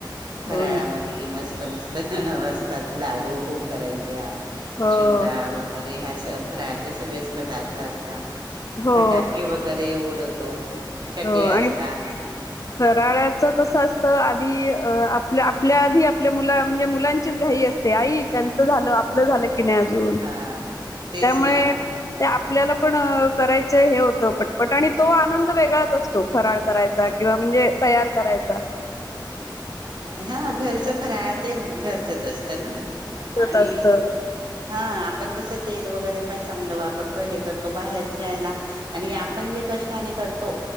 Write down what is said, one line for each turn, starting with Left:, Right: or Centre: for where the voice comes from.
Right: फराळामध्ये
Left: हो ना
Right: मस्त मस्त हं ह असतात लाडू करंजा
Left: हो
Right: डा वगैरे अस फराळाचे सगळेच पदार्थ असता
Left: हो
Right: फटाके वगैरे वगैरे उडवतो चकले
Left: हो
Right: असतात
Left: आणि फराळाचं कसं असतं आधी अ आपल्या आपल्या आधी आपल्या मुंला म्हणजे मुलांचीच घाई असते ते आई त्यांच झालं आपलं झालं की नाही अजून
Right: हा तेच
Left: त्यामुळे
Right: ना
Left: ते आपल्याला पण करायचं हे होतं पटपट आणि तो आनंद वेगळाच अस तो फराळ करायचा किंवा म्हणजे तयार करायचा
Right: <unintelligible> हा घरच फराळा ते घरचच असतं ना
Left: तसंच
Right: आणि
Left: असतं.
Right: हा आपण कसं तेल वगैरे पण चांगलं वापरतोय हे करतो बाहेरच्याहेला आणि आपण जे कष्टाने करतो